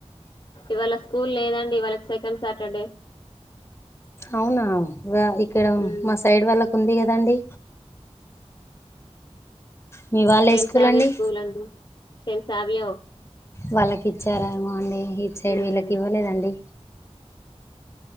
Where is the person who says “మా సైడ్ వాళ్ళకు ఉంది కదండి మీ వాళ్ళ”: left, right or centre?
Left